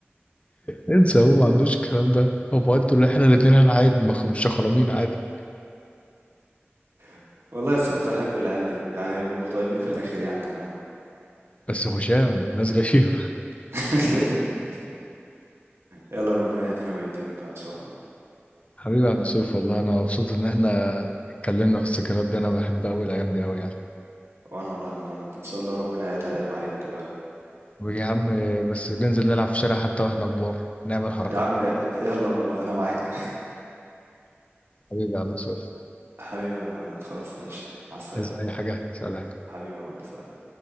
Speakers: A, on the left; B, on the right.
A: انسى هو ما عندوش الكلام ده هو بقى انتوا اللي احنا الاثنين هنعايد مخ- مش شخرمين عادي
B: <laughs> والله بس كنت بحب العيال دي يعني بيبقوا طيبين في الاخر يعني يا مهند
A: بس هشام ناس غشيم
B: <laughs> يلا ربنا يهدينا ويهديهم بقى ان شاء الله
A: حبيبي يا عم سيف والله انا مبسوط ان احنا اتكلمنا في الذكريات دي انا بحب قوي الايام دي قوي يعني
B: وانا والله يا عم مهند ان شاء الله ربنا يعيدها الايام علينا كده يا رب
A: ويا عم بس ننزل نلعب في الشارع حتى واحنا كبار نعمل حركات
B: يا عم يلا والله انا معاك
A: حبيبي يا عم سيف
B: حبيبي يا مهند خلاص ماشي على السلامة
A: عايز اي حاجه سلام
B: حبيبي يا مهند سلام